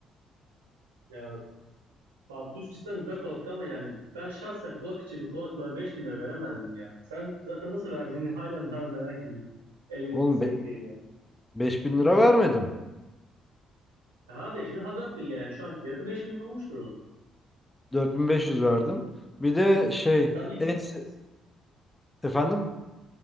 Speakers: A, on the right; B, on the left.
A: Ya Fatih Üç cidden güzel kulaklık ama yani ben şahsen kulak içi bir kulaklığa 5000 lira veremezdim ya. Sen zaten nasıl verdiğini hala <laughs> daha merak ediyorum. Elinin
B: Oğlum
A: nasıl
B: be-
A: gittiğini.
B: 5000 lira vermedim.
A: Ha 5000 ha 4000 yani şu anki fiyatı 5000 olmuştur onun.
B: 4500 verdim. Bir de şey,
A: E tam ikisinin
B: en se-
A: ortası.
B: efendim?